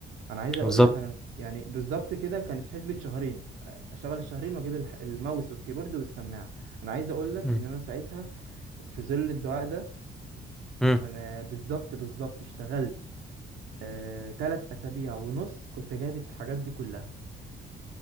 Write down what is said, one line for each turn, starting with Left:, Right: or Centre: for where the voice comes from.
Right: انا عايز اقول
Centre: بالظبط
Right: لك انا يعني بالظبط كده كانت حسبة شهرين اشتغل الشهرين واجيب الح- الماوس والكيبورد والسماعه انا عايز اقول لك
Centre: امم
Right: ان انا ساعتها في ظل الدعاء ده
Centre: إمم.
Right: انا بالظبط بالظبط اشتغلت آه، تلات اسابيع ونص كنت جايب الحاجات دي كلها